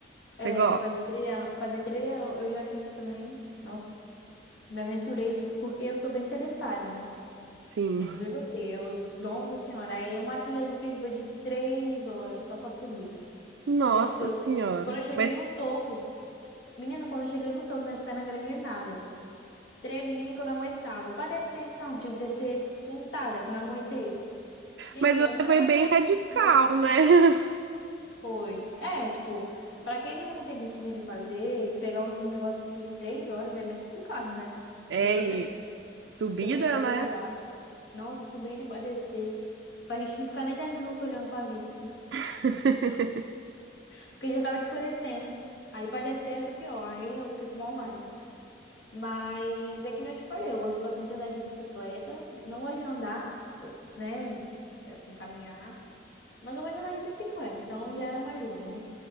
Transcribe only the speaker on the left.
É,
fazer trilha, fazer trilha eu eu já fiz também. Nossa, me aventurei, tipo, porque eu sou bem sedentária, né?
Eu não sei você, eu, nossa senhora, aí uma trilha que eu fiz foi de três horas só pra subir.
Meu Deus,
quando eu cheguei
no topo, menina, quando eu cheguei no topo, minhas pernas greguei nada. Tremia que eu não aguentava. Pra descer, então, tive que descer sentada, que eu não aguentei. Gente,
eu
nunca
mais
me aventurei
desse jeito.
Foi. É, tipo, pra quem não tem costume de fazer, pegar um negócio assim de três horas é meio complicado, né? A
pessoa
tem que
tem que começar
devagar. Nossa, subir e pra descer. Pra gente não ficar nem 10 minutos olhando pra vista.
Porque já tava escurecendo. Aí pra descer ia ser pior. Aí eu fiquei com maior raiva. Mas é que nem eu te falei, eu gosto bastante de andar de bicicleta. Não gosto de andar, eu- né? Assim, caminhar. Mas eu gosto de andar de bicicleta, então já é uma ajuda, né?